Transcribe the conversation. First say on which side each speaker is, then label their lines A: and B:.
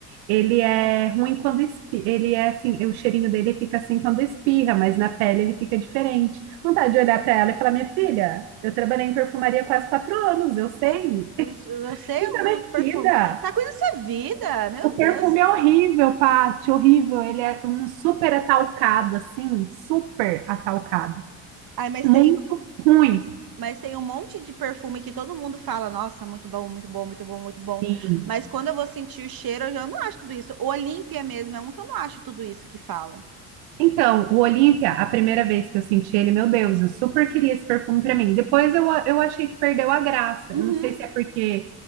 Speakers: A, on the right; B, on the right.
A: ele é ruim quando espirra. Ele é assim, o cheirinho dele fica assim quando espirra, mas na pele ele fica diferente. Vontade de olhar pra ela e falar: Minha filha, eu trabalhei em perfumaria quase quatro anos, eu sei.
B: Ah, eu, eu sei
A: Quinta
B: os
A: metida.
B: perfumes. Ah, coisa dessa vida, meu
A: O
B: Deus.
A: perfume é horrível, Paty, horrível. Ele é um super atalcado, assim, super atalcado.
B: Ai, mas
A: Muito
B: tem,
A: ruim.
B: mas tem um monte de perfume que todo mundo fala, nossa, muito bom, muito bom, muito bom, muito bom.
A: Sim.
B: Mas quando eu vou sentir o cheiro, eu já não acho tudo isso. O Olímpia mesmo é um que eu não acho tudo isso que falam.
A: Então, o Olímpia, a primeira vez que eu senti ele, meu Deus, eu super queria esse perfume para mim. Depois eu, eu achei que perdeu a graça.
B: Uhum.
A: Eu não sei se é porque